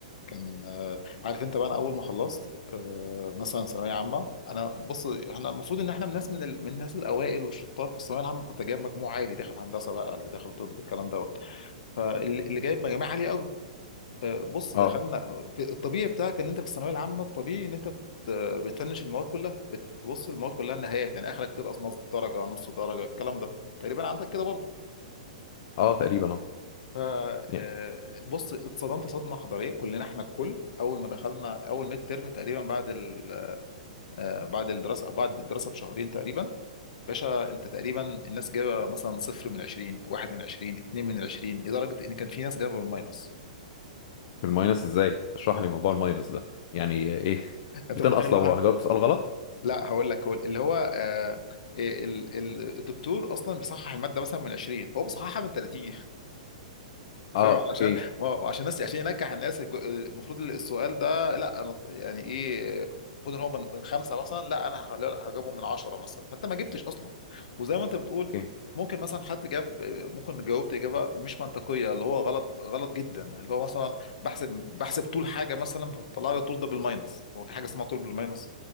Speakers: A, on the left; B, on the left.
A: كان آه، عارف انت بقى انا اول ما خلصت آه، مثلا ثانويه عامه انا بص احنا المفروض ان احنا من الناس من ال... من الناس الاوائل والشطار في الثانويه العامه فانت جايب مجموع عالي داخل هندسه بقى اللي داخل طب الكلام دوت فاللي جايب مجاميع عاليه قوي آه، بص
B: اه
A: دخلنا في- الطبيعي بتاعك ان انت في الثانويه العامه الطبيعي ان انت بت... بتفنش المواد كلها بتبص المواد كلها النهايات يعني اخرك تنقص نص درجه نص درجه الكلام ده تقريبا عندك كده برضه
B: اه تقريبا اه
A: فبص
B: يعني
A: اتصدمت صدمه حضاريه كلنا احنا الكل اول ما دخلنا اول ميد ترم تقريبا بعد ال- آه، بعد الدراسه بعد الدراسه بشهرين تقريبا باشا انت تقريبا الناس جايبه مثلا صفر من 20 واحد من 20 اتنين من 20 لدرجه ان كان في ناس جايبه بالماينس
B: الماينس ازاي اشرح
A: <laughs>
B: لي موضوع الماينس ده يعني ايه
A: انت
B: بتنقص
A: متخيل واحد
B: لو جاوبت سؤال غلط
A: لا هقول لك هو اللي هو آه، ال- ال- الدكتور اصلا بيصحح الماده مثلا من 20 فهو بيصححها من 30
B: اه
A: فاهم علشان
B: اوكي
A: ما هو عشان الناس عشان ينجح الناس الج- المفروض السؤال ده لا انا يعني ايه المفروض ان هو من من خمسه مثلا لا انا هخليه- لا، هجيبه من عشره مثلا فانت ما جبتش اصلا وزي ما انت بتقول
B: اوكي
A: ممكن مثلا حد جاب ممكن جاوبت اجابه مش منطقيه اللي هو غلط غلط جدا اللي هو مثلا بحسب بحسب طول حاجه مثلا فطلع لي الطول ده بالماينس هو في حاجه اسمها طول بالماينس